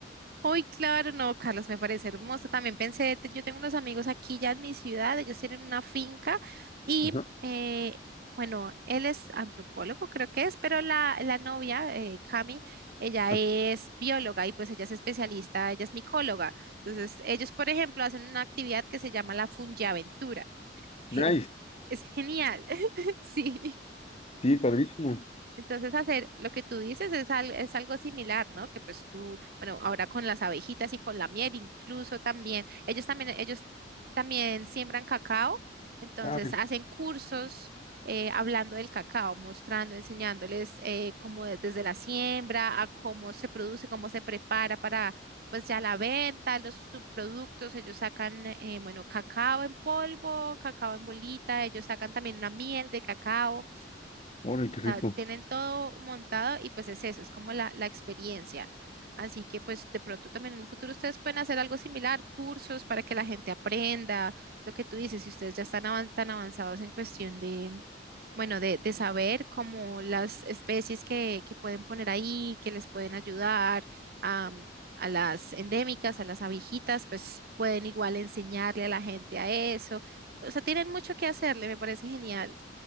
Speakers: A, on the right; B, on the left.
A: Uy, claro, no, Carlos, me parece hermoso. También pensé, te- yo tengo unos amigos aquí ya en mi ciudad, ellos tienen una finca y,
B: Ajá.
A: eh, bueno, él es antropólogo, creo que es, pero la, la novia, eh, Cami, ella
B: Ah,
A: es bióloga y pues ella es especialista, ella es micóloga. Entonces, ellos, por ejemplo, hacen una actividad que se llama la fungiaventura. <laughs>
B: Nice,
A: Es, es genial, <laughs> sí.
B: sí, padrísimo.
A: Entonces, hacer lo que tú dices es, al- es algo similar, ¿no? Que pues tú, bueno, ahora con las abejitas y con la miel incluso también, ellos también, ellos también siembran cacao, entonces
B: Ay,
A: hacen cursos eh, hablando del cacao, mostrando, enseñándoles eh, cómo de- desde la siembra a cómo se produce, cómo se prepara para pues ya la venta, los subproductos, ellos sacan, eh, bueno, cacao en polvo, cacao en bolita, ellos sacan también una miel de cacao
B: órale, qué rico.
A: sea, tienen todo montado y pues es eso, es como la, la experiencia. Así que pues de pronto también en un futuro ustedes pueden hacer algo similar, cursos para que la gente aprenda, lo que tú dices, si ustedes ya están avan- tan avanzados en cuestión de, bueno, de, de saber como las especies que, que pueden poner ahí, que les pueden ayudar a, a las endémicas, a las abejitas, pues pueden igual enseñarle a la gente a eso. O sea, tienen mucho que hacerle, me parece genial.